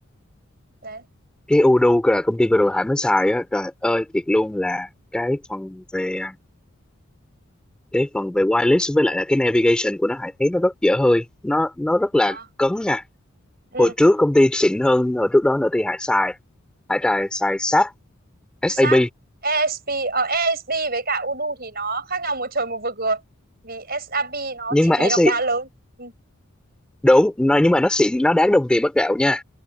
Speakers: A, on the right (about 45°); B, in the centre.
A: đấy
B: cái udo là công ty vừa rồi Hải mới xài á trời ơi thiệt luôn là cái phần về à, cái phần về wireless với lại là cái navigation của nó Hải thấy nó rất dở hơi nó nó rất là
A: À.
B: cấn nha
A: ừ.
B: hồi trước công ty xịn hơn hồi trước đó nữa thì Hải xài Hải trài xài SAP SAP
A: SAP ASP ờ, ASP với cả Udu thì nó khác nhau một trời một vực rồi vì SAP nó
B: nhưng
A: chi
B: mà
A: phí
B: SC
A: nó quá lớn ừ.
B: đúng nó nhưng mà nó xịn nó đáng đồng tiền bát gạo nha